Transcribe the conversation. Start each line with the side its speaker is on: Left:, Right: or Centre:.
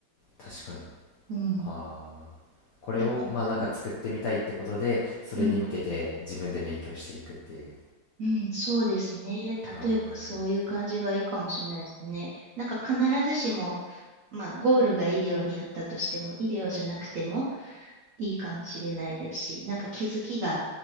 Left: ー確かに
Right: うん。
Left: あーこれをまあなんか作ってみたいってことでそれに向けて自分で勉強していくっていう
Right: だから、うん、うん、うんそうですね。
Left: あ
Right: 例えばそういう感じがいいかもしれないですね。なんか必ずしも、まあ、ゴールが医療にあったとしても、医療じゃなくても、いいかもしれないですし、なんか気づきが